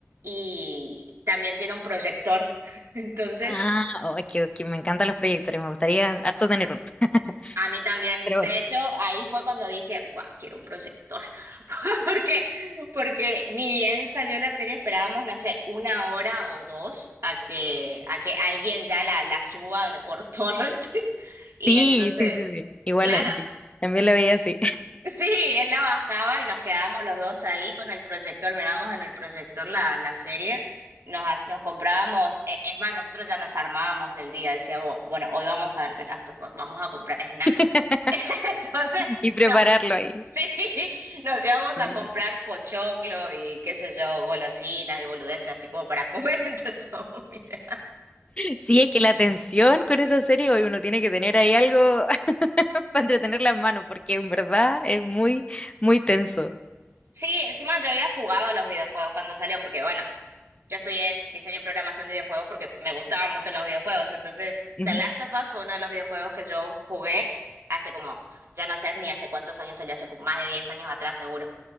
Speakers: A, on the right; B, on the left.
A: Y también tiene un proyector. <laughs> Entonces,
B: ah, oh, que, que me encantan los proyectores, me gustaría harto tener uno. <laughs>
A: A mí también.
B: Pero
A: De
B: bueno.
A: hecho, ahí fue cuando dije, guau, quiero un proyector. <laughs> ¿Por qué? Porque ni bien salió la serie, esperábamos, no sé, una hora o dos a que, a que alguien ya la, la suba de por torrent. <laughs> Y
B: Sí,
A: entonces,
B: sí, sí, sí. Igual
A: claro.
B: eh, yo también lo veía así.
A: Sí, él la bajaba y nos quedábamos los dos ahí con el proyector, mirábamos en el proyector la, la serie, nos, ha- nos comprábamos, e- es más, nosotros ya nos armábamos el día, decíamos, bueno, hoy vamos a ver The Last of Us, vamos a comprar snacks.
B: <laughs>
A: <laughs> Entonces,
B: Y prepararlo
A: no,
B: ahí.
A: sí, nos íbamos
B: Sí,
A: a comprar
B: sí, sí.
A: pochoclo y qué sé yo, golosinas y boludeces, así como para comer <laughs> entre todos, mira.
B: Sí, es que la tensión con esa serie, hoy uno tiene que tener ahí algo <laughs> para entretener las manos, porque en verdad es muy, muy tenso.
A: Sí, encima yo había jugado a los videojuegos cuando salió, porque bueno, Yo estudié diseño y programación de videojuegos porque me gustaban mucho los videojuegos. Entonces,
B: Ujú.
A: The Last of Us fue uno de los videojuegos que yo jugué hace como, ya no sé ni hace cuántos años salió, hace como más de 10 años atrás seguro.